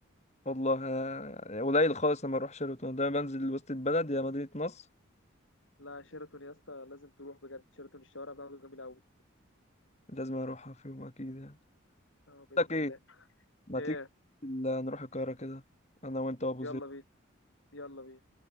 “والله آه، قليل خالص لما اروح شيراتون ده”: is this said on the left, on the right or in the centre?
Left